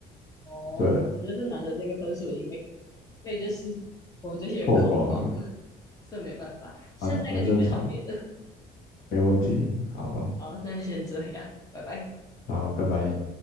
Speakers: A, on the left; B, on the left.
A: 哦，
B: 对，
A: 我觉得这男的那个分数已经被被就是我们这些人扣光了，
B: 透光了，
A: <laughs> 这没办法。下次再跟你分享别的。
B: 蛮蛮正常的没问题。好，
A: 好，那先这样，拜拜。
B: 好，拜拜。